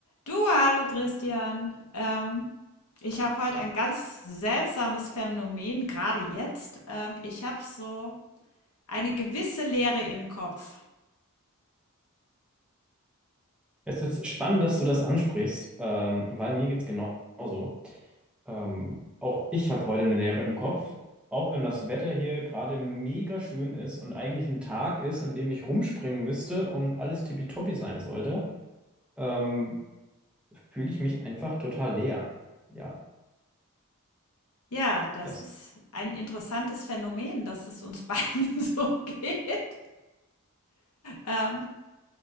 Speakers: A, on the left (about 85°); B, in the centre.
A: Du, hallo Christian. Ähm, ich habe heute ein ganz seltsames Phänomen, gerade jetzt. Ähm, ich habe so eine gewisse Leere im Kopf.
B: Es ist spannend, dass du das ansprichst, ähm, weil mir geht's genauso. Ähm, auch ich habe heute eine Leere im Kopf, auch wenn das Wetter hier gerade mega schön ist und eigentlich ein Tag ist, an dem ich rumspringen müsste und alles tippitoppi sein sollte, ähm, fühle ich mich einfach total leer. Ja,
A: Ja, das
B: das,
A: ist ein interessantes Phänomen, dass es uns <laughs> beiden so geht. Ähm,